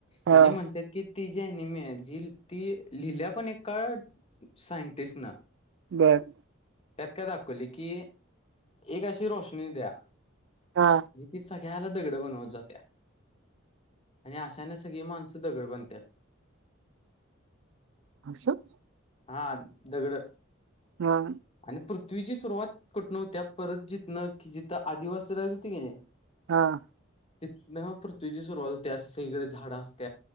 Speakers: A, on the right; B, on the left.
A: हा
B: म्हणजे म्हणतात की ती जी अनिमे आहे जी ती लिहिल्या पण एक का सायंटिस्ट ना
A: बर
B: त्यात काय दाखवली की एक अशी रोशनी द्या
A: हा
B: म्ह ती सगळ्याला दगड बनवत जाते आणि अशाने सगळी माणसं ध गड बनतात
A: हर्षात
B: हा दगड
A: हा
B: आणि पृथ्वीची सुरुवात कुठ नव्हत्या. परत जितनां की जिथं आदिवासी राह त क नाही
A: हां
B: तिथ ना पृथ्वीची सुरुवात होते असं सगकडे झाडं असत